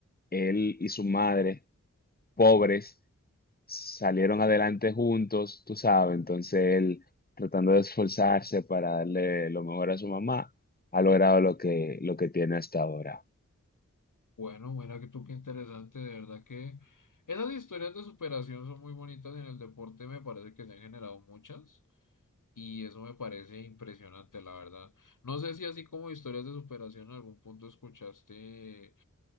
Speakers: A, on the left; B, on the left.
A: él y su madre, pobres, salieron adelante juntos, tú sabes. Entonces él, tratando de esforzarse para darle lo mejor a su mamá, ha logrado lo que, lo que tiene hasta ahora.
B: Bueno, mira que tú qué interesante, de verdad que esas historias de superación son muy bonitas en el deporte, me parece que se han generado muchas y eso me parece impresionante, la verdad. No sé si así como historias de superación en algún punto escuchaste,